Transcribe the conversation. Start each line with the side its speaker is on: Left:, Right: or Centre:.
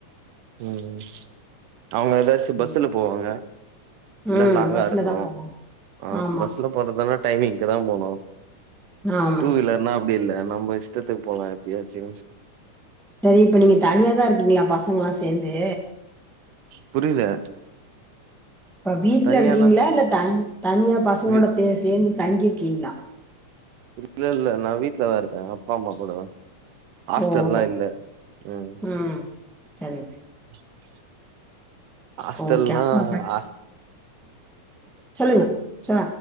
Right: ம் அவுங்க ஏதாச்சு பஸ்சுல
Centre: ம்
Right: போவாங்க
Centre: ம்
Right: இல்ல லாங்கா
Centre: பஸ்ல
Right: இருக்கு
Centre: தா போவாங்க
Right: ஆ
Centre: ஆமா
Right: பஸ்சுல போறதுனா டைமிங்க்கு தா போணு
Centre: ஆமாங்க
Right: டூ வீலர்னா
Centre: சார்
Right: அப்டி இல்ல நம்ப இஷ் டத்துக்கு போலா எப்பாயாச்சு
Centre: செரி இப்ப நீங்க தனியாதா இருக்கிங்களா பசங்கல்லா சேந்து
Right: புரில
Centre: இப்ப வீட்ல
Right: தனியானா
Centre: இருக்கீங்களா இல்ல தன் தனியா பசங்களோட
Right: வீ
Centre: தே சேந்து தங்கிருக்கீங்களா
Right: இல்ல இல்ல நா வீட்லதா இருக்கே அப்பா அம்மா கூட ஆஸ்டல்லா
Centre: ஓஹோ
Right: இல்ல ம்
Centre: ம் சரிங் <inaudible>
Right: <unintelligible> ஆஸ்டல்லா
Centre: ஓகே அப்பா
Right: ஆ
Centre: சொல்லுங் சா